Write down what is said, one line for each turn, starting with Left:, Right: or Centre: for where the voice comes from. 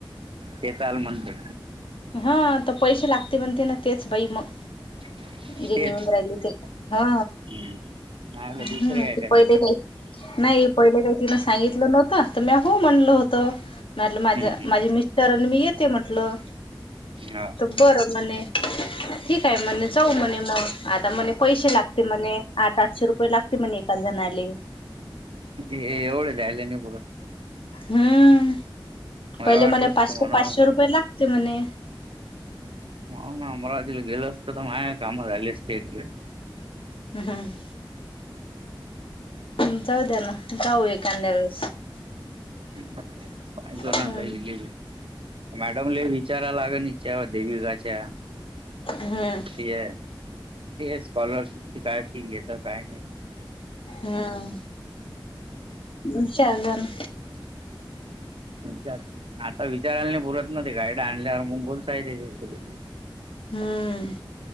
Right: ते चाल म्हणते.
Left: हा तर पैसे लागते म्हणते ना तेच बाई मग.
Right: <inaudible> <unintelligible>
Left: जे
Right: तेच
Left: निऊन राहिली ते हा
Right: हम्म नाही
Left: हम
Right: दुसरे आहे
Left: ते पहिले का. नाही पहिले काही तिन सांगितलं नव्हतं तर म्या हो म्हणलं होत म्हलं
Right: ते
Left: माझ
Right: हम्म
Left: माझी मि तर मी येते म्हटलं
Right: हम्म
Left: तर बरं मणे ठीक आहे म्हणे
Right: हा
Left: जाऊ म्हणे मग आता म्हणे पैसे लागते म्हणे आठ आठशे रुपये लागते म्हणे एका जणाले.
Right: दे एवढदायले न बघत
Left: हम्म
Right: मला
Left: पहिले
Right: वाटलंच
Left: म्हणे पाचशे
Right: ते म्हणा
Left: पाचशे रुपये लागते म्हणे.
Right: हो ना अमरावतीला गेल असतं तर माझ कामा झाले असतेत
Left: हम् हम् जाऊ द्या ना जाऊ एखांद्या वेळ
Right: काय करून
Left: हम्म
Right: आता हिले बी मॅडम ले विचारा लाग हिच्या देवीकाच्या
Left: हमम
Right: ते ते स्कॉलरशिपची काय फि घेता काय माही
Left: हम् नुच शाळगम
Right: विचार आता विचारायला नाही बोलत ना ते गायड आणल्यावर मग बोलताय त्याच्या
Left: हम्म